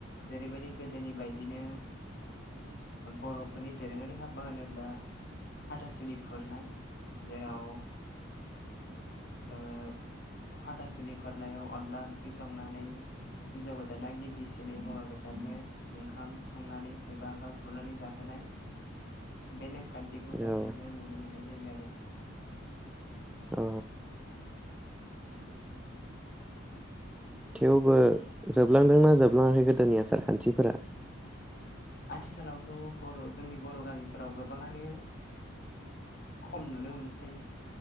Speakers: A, on the left (about 50°); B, in the centre.
A: जेरैबायदि गोदोनि बायदिनो बर'फोरनि दोरोङारि हाबा होनोब्ला हाथासुनि खुरनाय जेराव। ओ हाथासुनि खुरनायाव अनला ओंख्रि संनानै हिनजाव गोदाना गिबिसिनै हौवा गोदाननो ओंखाम संनानै एबा ओंखाम खुरनानै जाहोनाय बे ने। खान्थिखौ दासिमबो
B: औ
A: नुनो मोननाय। जायो आरो।
B: अ। थेवबो जोबलांदोंना जोबलाङाखै गोदोनि आसार खान्थिफोरा?
A: आथिखालावथ' बर' जोंनि बर' गामिफोराव गोबाङानो खम नुनो मोनसै।